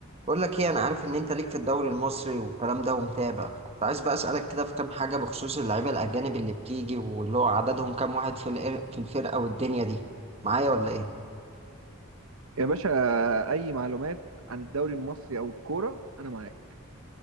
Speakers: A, on the right; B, on the right.
A: بقول لك ايه انا عارف ان انت ليك في الدوري المصري والكلام ده ومتابع كنت عايز بقى اسالك كده في كام حاجه بخصوص اللعيبه الاجانب اللي بتيجي واللي هو عددهم كام واحد في الإر- في الفرقه والدنيا دي معايا ولا ايه
B: يا باشا أي معلومات عن الدوري المصري أو الكورة أنا معاك